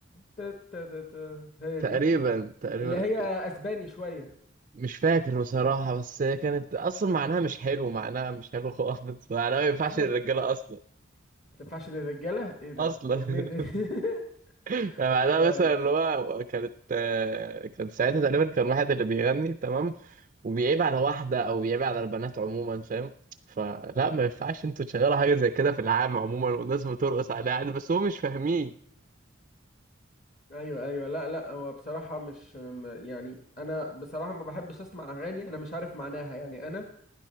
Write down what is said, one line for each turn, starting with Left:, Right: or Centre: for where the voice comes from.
Left: تت تت تت- هي
Right: تقريبا
Left: دي
Right: تقريبا
Left: اللي هي اسباني شويه
Right: مش فاكر بصراحة بس هي كانت أصلا معناها مش حلو معناها مش حلو خالص معناها ما ينفعش
Left: اصلا
Right: للرجالة أصلا
Left: ما تنفعش للرجاله ايه ده
Right: أصلا
Left: دي اغنيه
Right: <laughs>
Left: ايه <laughs>
Right: يعني معناها
Left: لا
Right: مثلا
Left: يعني
Right: اللي هو كانت آه، كان ساعتها تقريبا كان واحد اللي بيغني تمام وبيعيب على واحدة أو بيعيب على البنات عموما فاهم فلا ما ينفعش انتوا تشغلوا حاجة زي كده في العام عموما والناس بترقص عليها عادي بس هم مش فاهمين
Left: ايوه ايوه لا لا هو بصراحه مش م- يعني انا بصراحه ما بحبش اسمع اغاني انا مش عارف معناها يعني انا